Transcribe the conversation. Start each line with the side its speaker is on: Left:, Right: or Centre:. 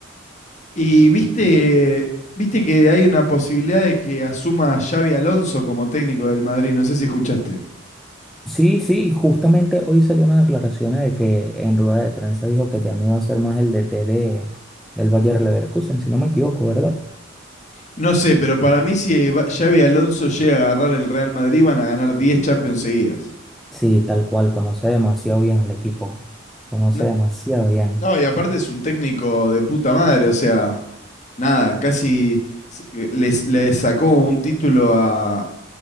Left: Y viste, viste que hay una posibilidad de que asuma a Xavi Alonso como técnico del Madrid, no sé si escuchaste.
Centre: Sí, sí, justamente hoy salió unas declaraciones de que en rueda de prensa dijo que ya no iba a ser más el DT de, del Bayer Leverkusen, si no me equivoco, ¿verdad?
Left: No sé, pero para mí si va- Xavi Alonso llega a agarrar el Real Madrid van a ganar 10 Champions seguidas.
Centre: Sí, tal cual, conoce demasiado bien al equipo, conoce
Left: No,
Centre: demasiado bien.
Left: No, y aparte es un técnico de puta madre, o sea, nada, casi s- les, le sacó un título a,